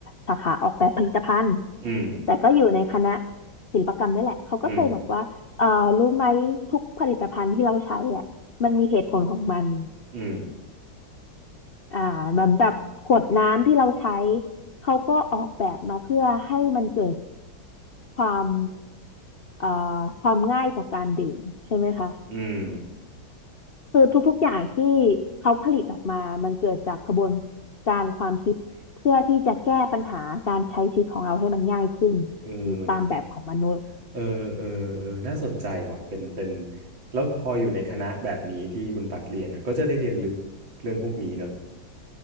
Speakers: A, on the left; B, on the right.
A: สาขาออกแบบผลิตภัณฑ์
B: อืม
A: แต่ก็อยู่ในคณะศิลปกรรมนี่แหละเขาก็เคยบอกว่าเอ่อรู้ไหมทุกผลิตภัณฑ์ที่เราใช้อ่ะมันมีเหตุผลของมัน
B: อืมอืม
A: อ่ามันแบบขวดน้ำที่เราใช้เขาก็ออกแบบมาเพื่อให้มันเกิดความเอ่อความง่ายต่อการดื่มใช่ไหมคะ
B: อืม
A: คือทุกๆ อย่างที่เขาผลิตออกมา มันเกิดจากกระบวนการความคิดเพื่อที่จะแก้ปัญหาการใช้ชีวิตของเราให้มันง่ายขึ้น
B: เออเหมือนคือ
A: ตามแบบของมนุษย์
B: เออเออเออน่าสนใจว่ะเป็นเป็นแล้วพออยู่ในคณะแบบนี้ที่คุณตักเรียนอ่ะก็จะได้เรียนลึกเรื่องพวกนี้เนอะ